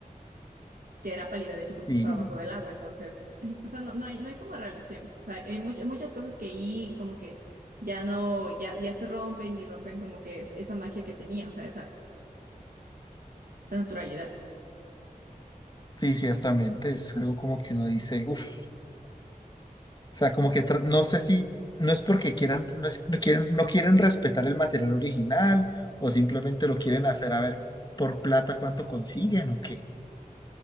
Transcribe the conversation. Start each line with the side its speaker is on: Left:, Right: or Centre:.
Right: que era pálida, de hecho, porque
Left: Sí,
Right: pasaba bajo del agua, entonces, <clears throat> o sea, no, no hay, no hay como relación. O sea, hay muchas, muchas cosas que ahí como que ya no, ya, ya se rompen y rompen como que es- esa magia que tenía, o sea, esa, esa naturalidad.
Left: sí, ciertamente, es algo como que uno dice, uff, sea, como que tra- no sé si no es porque quieran, no es- no quieren, no quieren respetar el material original o simplemente lo quieren hacer a ver por plata cuánto consiguen o qué.